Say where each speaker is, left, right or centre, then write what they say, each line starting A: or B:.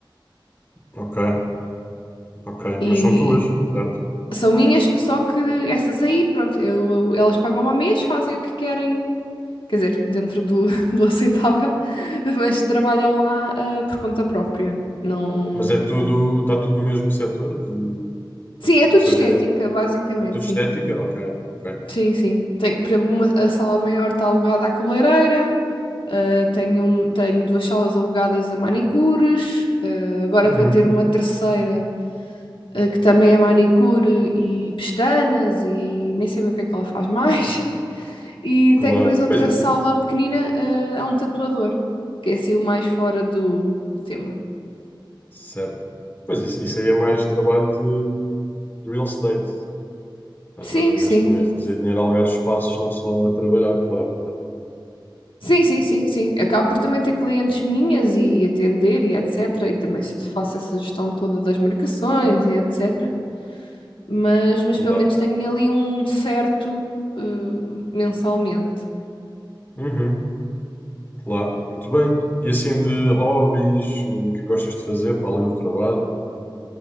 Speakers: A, on the left (about 25°); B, on the left (about 80°).
A: ok, ok.
B: e
A: Mas são tuas, certo?
B: são minhas, só que essas aí, pronto, eu, elas pagam ao mês, fazem o que querem quer dizer, dentro do, <laughs> do aceitável, mas trabalham lá ah, por conta própria. Não.
A: Mas é tudo, está tudo no mesmo setor? De,
B: Sim, é tudo
A: ou seja,
B: estética,
A: é,
B: basicamente,
A: é tudo
B: sim.
A: estética? Ok, ok.
B: Sim, sim. Tenho, por exemplo, uma, a sala maior está alugada à cabeleireira, ah, tenho, um- tenho duas salas alugadas a manicures, ah, agora
A: Uhum,
B: vou ter uma terceira, ah, que também é manicure e pestanas e nem sei bem o que é que ela faz mais. <laughs> E
A: claro.
B: tenho depois outra
A: Pois é,
B: sala pequenina, ah, a um tatuador, que é assim o mais fora do, do tema.
A: certo. Pois isso, isso aí é mais trabalho de, de real estate. Mas
B: Sim,
A: mais ou
B: sim.
A: menos também a fazer dinheiro a alugar espaços, não só a trabalhar, claro.
B: Sim, sim, sim, sim. Acabo por também ter clientes minhas e atender e etc. E também se- faço essa gestão toda das marcações e etc. Mas, mas
A: Claro.
B: pelo menos tenho ali um certo eh, mensalmente.
A: Uhum, claro. Muito bem. E assim de hobbies, eh, o que é que gostas de fazer para além do trabalho?